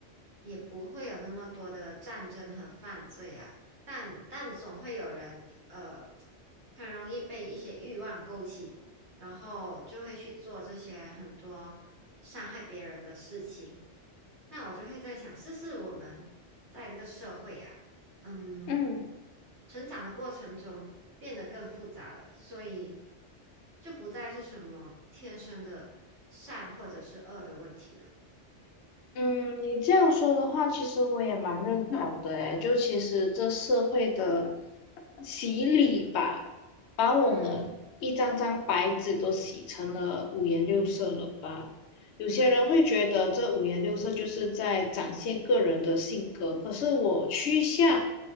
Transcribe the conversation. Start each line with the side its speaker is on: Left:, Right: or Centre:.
Right: 也不会有那么多的战争和犯罪啊。但但总会有人，呃，很容易被一些欲望勾起。然后就会去做这些很多伤害别人的事情。那我就会在想，是不是我们在这个社会啊，嗯，
Left: 嗯。
Right: 成长的过程中变得更复杂了，所以就不再是什么天生的善或者是恶的问题了。
Left: 嗯，你这样说的话，其实我也蛮认同的诶，就其实这社会的洗礼吧，把我们一张张白纸都洗成了五颜六色了吧？
Right: 嗯，
Left: 有些人会觉得这五颜六色就是在展现个人的性格，
Right: 对对。
Left: 可是我趋向，